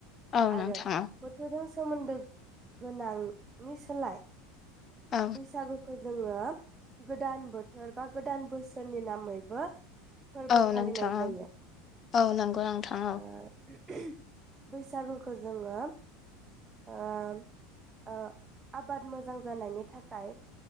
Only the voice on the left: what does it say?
औ
नोंथां
औ
औ
नोंथां औ
औ नोंगौ थां औ